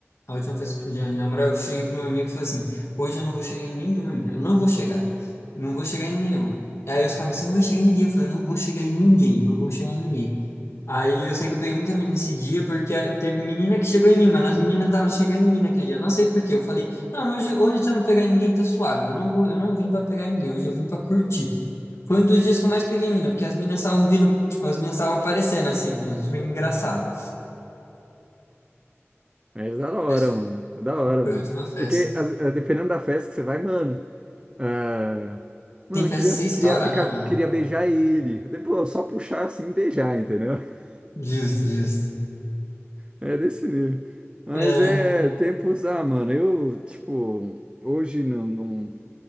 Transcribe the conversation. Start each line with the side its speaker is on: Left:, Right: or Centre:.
Left: a última festa que eu fui antes de namorar, eu cheguei pro meu amigo e falei assim: hoje eu não vou chegar em nenhuma mina, eu não vou chegar, não vou chegar em nenhuma. Aí os caras, você não vai chegar em ninguém. Eu falei, eu não vou chegar em ninguém, não vou chegar em ninguém. Aí eu sei que eu peguei muita menina nesse dia, porque ah, teve menina que chegou em mim, mas as meninas estavam chegando em mim naquele dia. Eu não sei por quê. Eu falei, não, não, hoje, hoje se eu não pegar ninguém, tá suave. Eu não vou, eu não vim pra pegar ninguém, hoje eu vim pra curtir. Foi um dos dias que eu mais peguei mina, porque as meninas estavam vindo, tipo, as meninas estavam aparecendo assim, né? Foi engraçado.
Right: Mas da hora,
Left: Mas
Right: mano. É Da hora,
Left: foi
Right: mano.
Left: a última festa.
Right: Porque as- eh, dependendo da festa que você vai, mano. ah, mano,
Left: Tem festa
Right: eu queria,
Left: que você estoura,
Right: queria ficar,
Left: né, mano?
Right: queria beijar ele. Depois, só puxar assim e beijar, entendeu? <laughs>
Left: Justo, justo.
Right: É desse nível. Mas
Left: É,
Right: é tempos, ah, mano, eu, tipo, hoje não, não,